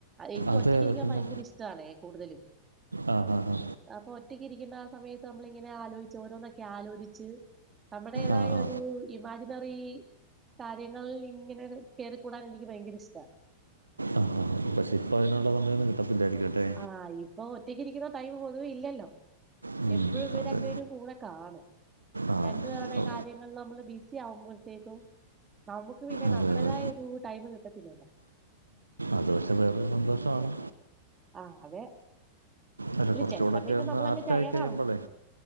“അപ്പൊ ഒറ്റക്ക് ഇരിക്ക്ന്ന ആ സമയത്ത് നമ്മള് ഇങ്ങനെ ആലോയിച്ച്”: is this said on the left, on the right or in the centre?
Right